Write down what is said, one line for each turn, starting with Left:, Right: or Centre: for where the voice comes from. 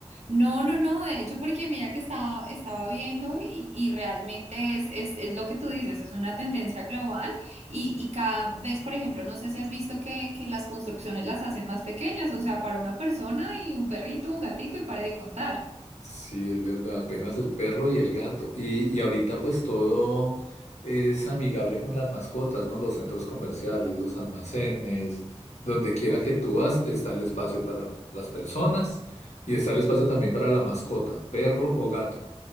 Right: No, no, no, de hecho, porque mira que estaba, estaba viendo y, y realmente es, es, es lo que tú dices, es una tendencia global y, y cada vez, por ejemplo, no sé si has visto que, que las construcciones las hacen más pequeñas, o sea, para una persona y un perrito, un gatico y pare de contar.
Left: Sí, es verdad, apenas el perro y el gato. Y, y ahorita pues todo es amigable con las mascotas, ¿no? Los centros comerciales, los almacenes, donde quiera que tú vas, está el espacio para las personas y está el espacio también para la mascota, perro o gato.